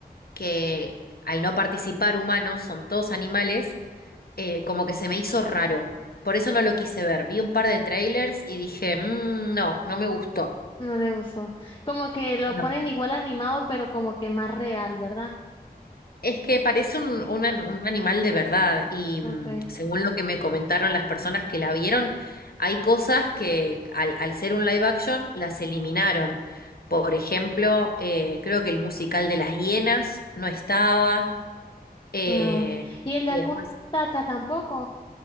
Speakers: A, on the left (about 65°); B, on the left (about 30°).
A: que al no participar humanos, son todos animales, eh, como que se me hizo raro. Por eso no lo quise ver. Vi un par de trailers y dije, "Mm, no, no me gustó.
B: No le gustó. Como que lo
A: No.
B: ponen igual animado, pero como que más real, ¿verdad?
A: Es que parece un, un an- un animal de verdad y mm,
B: Okay.
A: según lo que me comentaron las personas que la vieron, hay cosas que al, al ser un live action las eliminaron. Por ejemplo, eh, creo que el musical de las hienas no estaba eh,
B: Ah. Y el
A: y
B: de Hakuna
A: después...
B: Matata tampoco.